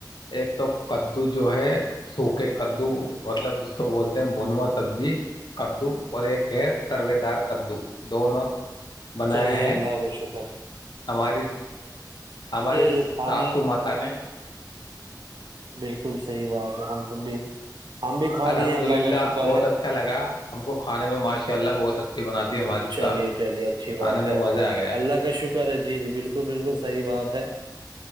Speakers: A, on the left; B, on the right.
A: ایک تو کدو جو ہے سوکھے کدو مطلب جس کو بولتے ہیں بھونوا سبزی کدو اور ایک ہے سروے دار کدو دونوں بنایا
B: چری
A: ہے
B: اللہ ک شک
A: ہماری ہماری
B: یہ کھانے
A: ساسو مات نے
B: بالکل صحیح بات ہے ہم ت بھی ہم بھی کھا
A: الحمد
B: لیے اللہ
A: للہ
B: کا شکر
A: بہت
B: ہے
A: اچھا لگا ہم کو آان میں ماشء اللہ بہت اچھی بناتی ہے ہماری
B: چلیے
A: ساس
B: چلیے اچھی
A: کھانے
B: بات
A: میں
B: ہے
A: مزہ آ گیا
B: اللہ کا شکر ہے جی جی بالکل بالکل صحیح بات ہے